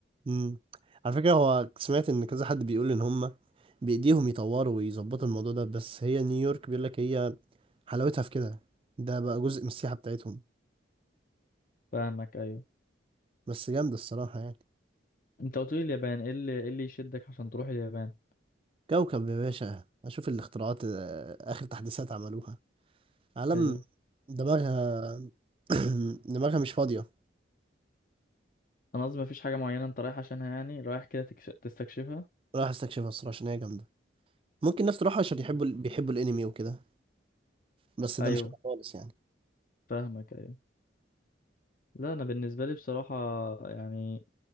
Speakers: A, on the right (about 30°); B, on the left (about 45°).
A: امم على فكره هو سمعت ان كذا حد بيقول ان هم بايديهم يطوروا ويظبطوا الموضوع ده بس هي نيويورك بيقول لك هي حلاوتها في كده ده بقى جزء من السياحه بتاعتهم
B: فاهمك ايوه
A: بس جامده الصراحه يعني
B: انت قلت لي اليابان ايه اللي ايه اللي يشدك عشان تروح اليابان
A: كوكب يا باشا اشوف الاختراعات آه، اخر تحديثات عملوها عالم
B: ايوه
A: دماغها <clears throat> دماغها مش فاضيه
B: انا قصدي ما فيش حاجه معينه انت رايح عشانها يعني رايح كده تكش... تستكشفها
A: رايح استكشفها الصراحه عشان هي جامده ممكن ناس تروحها
B: <laughs>
A: عشان يحبوا بيحبوا الانمي وكده بس ده
B: ايوه
A: مش أنا خالص يعني
B: فاهمك ايوه لا انا بالنسبه لي بصراحه يعني